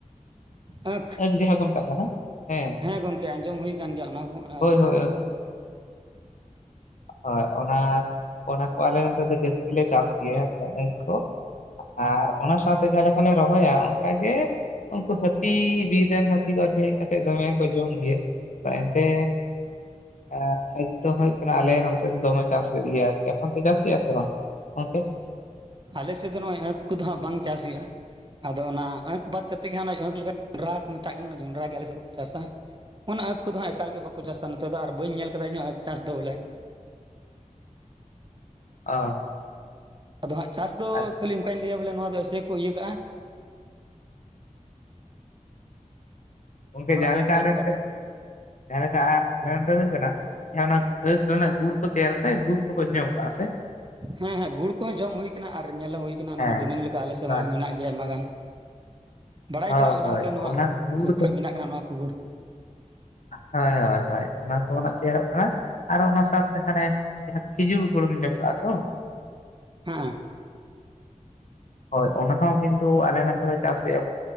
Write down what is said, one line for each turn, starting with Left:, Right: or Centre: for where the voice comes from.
Right: ᱟᱸᱠ ᱾
Left: ᱟᱸᱠᱷ ᱡᱟᱦᱟᱸ ᱠᱚ ᱢᱮᱛᱟᱜ ᱠᱟᱱᱟ ᱦᱮᱸ
Right: ᱜᱚᱢᱠᱮ ᱟᱸᱡᱚᱢ ᱦᱩᱭ ᱟᱠᱟᱱ ᱜᱮᱭᱟ ᱚᱱᱟ ᱠᱚᱦᱚᱸ ᱟᱸᱠᱷ
Left: ᱦᱳᱭ ᱦᱳᱭ
Right: ᱦᱚᱸ
Left: ᱟᱸᱠ ᱾ ᱦᱚᱭ ᱚᱱᱟ, ᱚᱱᱟ ᱠᱚ ᱟᱞᱮ ᱚᱱᱛᱮ ᱫᱚ ᱡᱟᱹᱥ ᱜᱮᱞᱮ ᱪᱟᱥ ᱜᱮᱭᱟ ᱦᱮᱸ ᱥᱮ ᱟᱸᱠ ᱠᱚ ᱾ ᱟᱨ ᱚᱱᱟ ᱥᱟᱶᱛᱮ ᱡᱟᱦᱟᱸ ᱞᱮᱠᱟᱞᱮ ᱨᱚᱦᱚᱭᱟ ᱚᱝᱠᱟᱜᱮ ᱩᱝᱠᱩ ᱦᱟᱹᱛᱤ ᱵᱤᱨ ᱨᱮᱱ ᱦᱟᱹᱛᱤ ᱠᱚ ᱟᱨ ᱠᱤ ᱦᱮᱡ ᱠᱟᱛᱮ ᱫᱚᱢᱮ ᱠᱚ ᱡᱚᱢ ᱜᱮᱭᱟ, ᱛᱟ ᱮᱱᱛᱮ ᱟᱸ ᱟᱸᱠᱷ ᱫᱚ ᱦᱳᱭᱳᱜ ᱠᱟᱱᱟ ᱟᱞᱮ ᱱᱚᱱᱛᱮ ᱫᱚ ᱫᱚᱢᱮ ᱪᱟᱥ ᱦᱳᱭᱳᱜ ᱜᱮᱭᱟ ᱟᱨᱠᱤ ᱟᱯᱮ ᱚᱱᱛᱮ ᱪᱟᱥ ᱦᱳᱭᱳᱜᱼᱟ ᱥᱮ ᱵᱟᱝ? <unintelligible>
Right: ᱟᱞᱮ ᱥᱮᱫ ᱫᱚ ᱱᱚᱜᱼᱚᱭ ᱟᱸᱠᱷ ᱠᱚᱫᱚ ᱦᱟᱸᱜ ᱵᱟᱝ ᱪᱟᱥ ᱦᱳᱭᱳᱜᱼᱟ ᱾ ᱟᱫᱚ ᱚᱱᱟ ᱟᱸᱠ ᱵᱟᱫ ᱠᱟᱛᱮᱫ ᱜᱮᱠᱚ ᱚᱸᱰᱨᱟ ᱠᱚ ᱢᱮᱛᱟᱜ ᱠᱟᱱᱟ ᱚᱱᱟ ᱡᱚᱸᱰᱨᱟ ᱜᱮ ᱟᱞᱮ ᱥᱮᱜ ᱠᱚ ᱪᱟᱥᱟ ᱾ ᱚᱱᱟ ᱟᱸᱠ ᱠᱚᱫᱚ ᱦᱟᱸᱜ ᱮᱠᱟᱞ ᱜᱮ ᱵᱟᱠᱚ ᱪᱟᱥᱟ ᱱᱚᱛᱮ ᱫᱚ ᱟᱨ ᱵᱟᱹᱧ ᱧᱮᱞ ᱠᱟᱫᱟ ᱤᱧ ᱦᱚᱸ ᱟᱸᱠ ᱪᱟᱥ ᱫᱚ ᱵᱚᱞᱮ ᱾
Left: ᱚ
Right: ᱟᱫᱚ ᱦᱟᱸᱜ ᱪᱟᱥ ᱫᱚ
Left: ᱟᱪᱪᱷᱟ
Right: ᱠᱷᱟᱹᱞᱤ ᱚᱝᱠᱟᱧ ᱞᱟᱹᱭᱟ ᱵᱚᱞᱮ ᱱᱚᱣᱟ ᱫᱚ ᱮᱥᱮ ᱠᱚ ᱤᱭᱟᱹ ᱠᱟᱜᱼᱟ᱾
Left: ᱜᱚᱝᱠᱮ
Right: ᱵᱟᱲᱟ
Left: ᱡᱟᱦᱟᱸ
Right: ᱦᱩᱭ
Left: ᱞᱮᱠᱟ
Right: ᱟᱠᱟᱱᱟ ᱚᱱᱠᱟ
Left: ᱚᱱᱛᱮ,
Right: ᱫᱚ
Left: ᱡᱟᱦᱟᱸ ᱞᱮᱠᱟ ᱟᱞᱮ ᱚᱱᱛᱮ ᱦᱳᱭᱳᱜ ᱠᱟᱱᱟ <unintelligible> ᱚᱱᱟ ᱟᱹᱫ ᱨᱮᱱᱟᱜ ᱜᱩᱲ ᱠᱚ ᱛᱮᱭᱟᱨ ᱥᱮ ᱜᱩᱲ ᱠᱚᱵᱚᱱ ᱡᱚᱢ ᱠᱟᱜᱼᱟ ᱥᱮ ᱾
Right: ᱦᱮᱸ ᱦᱮᱸ ᱜᱩᱲ ᱠᱚᱦᱚᱸ ᱡᱚᱢ ᱦᱩᱭ ᱠᱟᱱᱟ ᱟᱨ ᱧᱮᱞ ᱦᱚᱸ ᱦᱩᱭ ᱠᱟᱱᱟ ᱚᱱᱟ
Left: ᱦᱮᱸ
Right: ᱢᱟ ᱫᱤᱱᱟᱹᱢ ᱞᱮᱠᱟ ᱟᱞᱮ ᱥᱮᱫ
Left: ᱦᱳᱭ
Right: ᱢᱟ ᱢᱮᱱᱟᱜ᱾ ᱟᱭᱢᱟ ᱜᱟᱱ, ᱵᱟᱲᱟᱭ
Left: ᱦᱳᱭ
Right: ᱜᱮᱭᱟᱞᱤᱧ ᱚᱱᱟ
Left: ᱦᱳᱭ
Right: ᱦᱚᱸ ᱵᱚᱞᱮ ᱱᱚᱣᱟ
Left: ᱚᱱᱟ
Right: ᱟᱸᱠᱷ
Left: ᱜᱩᱲ
Right: ᱠᱷᱚᱡ ᱵᱮᱱᱟᱜ ᱠᱟᱱᱟ ᱱᱚᱣᱟ ᱠᱩ ᱜᱩᱲ ᱾
Left: ᱦᱚᱭ ᱦᱚᱭ ᱦᱚᱭ ᱚᱱᱟ ᱠᱚᱱᱟᱜ ᱛᱮᱭᱟᱨᱚᱜ ᱠᱟᱱᱟ ᱾ ᱟᱨ ᱚᱱᱟ ᱥᱟᱶᱛᱮ ᱦᱟᱱᱮ ᱡᱟᱦᱟᱸ ᱠᱷᱤᱡᱩᱨ ᱜᱩᱲᱮᱢ ᱡᱚᱢ ᱠᱟᱜᱼᱟ ᱛᱚ᱾
Right: ᱦᱮᱸ
Left: ᱦᱚᱭ ᱚᱱᱟ ᱦᱚᱸ ᱠᱤᱱᱛᱩ ᱟᱞᱮ ᱱᱚᱱᱛᱮ ᱦᱚᱸ ᱪᱟᱥ ᱦᱩᱭᱩᱜᱼᱟ